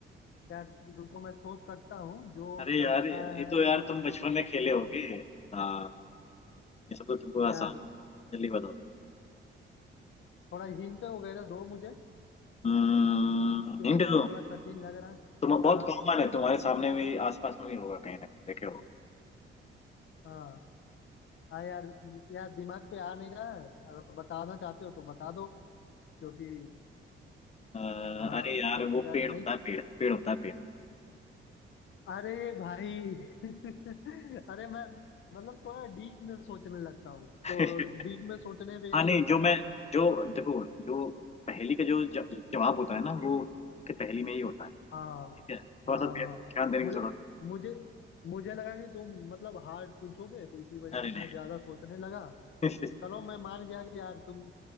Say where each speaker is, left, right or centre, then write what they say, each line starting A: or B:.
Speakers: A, on the left; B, on the left.
A: यार रुको मैं सोच सकता हूँ जो
B: अरे
A: करता
B: यार ये
A: है
B: तो यार
A: मानो
B: तुम बचपन में खेले
A: तो
B: होगे हाँ ये सब तो तुमको
A: यार
B: आसान जल्दी बताओ
A: थोड़ा हिंट वगैरह दो मुझे
B: हम्म
A: क्योंकि
B: हिंट
A: यार
B: दो
A: थोड़ा कठिन लग रहा है
B: तुम बहुत
A: हाँ
B: कॉमन है तुम्हारे सामने भी आसपास में भी होगा कहीं ना कहीं देखे
A: हाँ हाँ यार यार दिमाग पे आ नहीं रहा है अगर बताना चाहते हो तो बता दो क्योंकि
B: अ,
A: हाँ
B: अरे यार
A: क्योंकि
B: वो
A: यार
B: पेड़
A: नहीं
B: होता है पेड़ पेड़ होता है पेड़
A: अरे भाई <laughs> अरे मैं मतलब थोड़ा डीप में सोचने लगता हूँ
B: <laughs>
A: तो डीप में सोचने पे यही
B: हाँ नहीं
A: होता
B: जो मैं
A: है
B: जो देखो जो पहेली का जो ज- जवाब होता है ना वो उसके पहेली में ही होता है
A: हाँ
B: ठीक है थोड़ा
A: हाँ
B: सा ध्या-
A: हाँ
B: ध्यान देने
A: मुझे
B: की जरूरत
A: मुझे मुझे लगा कि तुम मतलब हार्ड पूछोगे तो इसी वजह
B: अरे
A: से मैं
B: नहीं
A: ज्यादा सोचने लगा
B: <laughs>
A: चलो मैं मान गया कि यार तुम